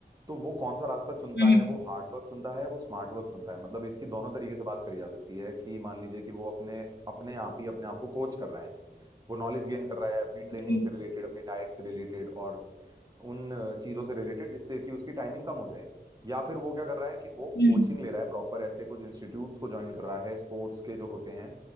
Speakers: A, on the right; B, on the left.
A: तो वो कौन सा रास्ता चुनता
B: हम्म,
A: है वो हार्ड वर्क चुनता है या वो स्मार्ट वर्क चुनता है मतलब इसकी दोनों तरीके से बात करी जा सकती है कि मान लीजिए कि वो अपने अपने आप ही अपने आप को कोच कर रहा है वो नॉलेज गेन कर रहा है अपनी
B: हम्म,
A: ट्रेनिंग से रिलेटेड अपनी डाइट से रिलेटेड और उन अ, चीजों से रिलेटेड जिससे कि उसकी टाइमिंग कम हो जाए या फिर वो क्या कर रहा है कि वो
B: हम्म।
A: कोचिंग ले रहा है प्रॉपर ऐसे कुछ इंस्टीट्यूट्स को ज्वाइन कर रहा है स्पोर्ट्स के जो होते हैं